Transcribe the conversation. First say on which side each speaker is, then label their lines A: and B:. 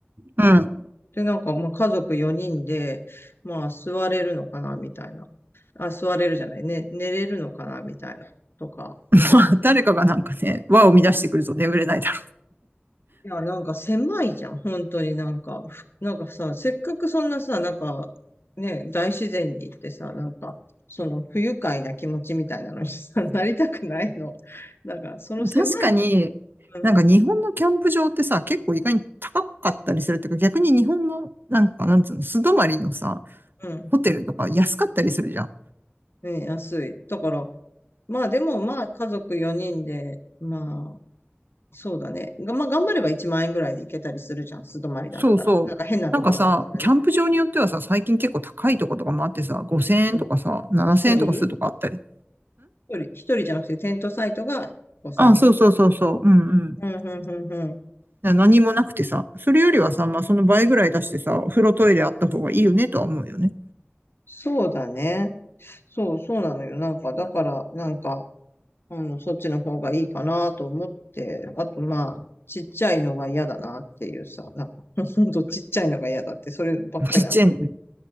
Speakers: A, on the right (about 55°); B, on the left (about 65°).
A: うん。
B: で、なんか、まあ、家族4人で、まあ、座れるのかな、みたいな。あ、座れるじゃないね、寝れるのかな、みたいな。とか、
A: <laughs>
B: なんか、
A: まあ、誰かがなんかね、輪を乱してくると眠れないだ
B: いや、なんか狭いじゃん。本当になんか、ふなんかさ、せっかくそんなさ、なんか、ね、大自然に行ってさ、なんか、その不愉快な気持ちみたいなのにさ、<laughs> なりたくないの。だから、その狭い、
A: ろう。確かに、
B: うん、
A: なんか日本のキャンプ場ってさ、結構意外に高かったりするっていうか、逆に日本の、なんか、なんつうの、素泊まりのさ、
B: うん、
A: ホテルとか安かったりするじゃん。
B: ね、安い。だから、まあでもまあ家族4人で、まあ、そうだね。がまあ頑張れば1万円ぐらいで行けたりするじゃん。素泊まりだったら。
A: そうそう。
B: なんか変なところだったらね。
A: なんかさ、キャンプ場によってはさ、最近結構高いとことかもあってさ、5000円とかさ、
B: うん。
A: 7000円とかするとかあったり。
B: 一人
A: ん
B: 一人、一人じゃなくてテントサイトが5000円とか。
A: あ、そうそうそうそう。うんうん。
B: うん、うん、うん、うん。
A: な何もなくてさ、それよりはさ、まあその倍ぐらい出してさ、お風呂トイレあった方がいいよねとは思うよね。
B: そうだね。そう、そうなのよ。なんか、だから、なんか、あの、そっちの方がいいかなと思って、あと、まあ、ちっちゃいのが嫌だなっていうさ、なんか、<laughs> ほんとちっちゃいのが嫌だって、そればっかりなんだけど。
A: <laughs> ちっちゃいのね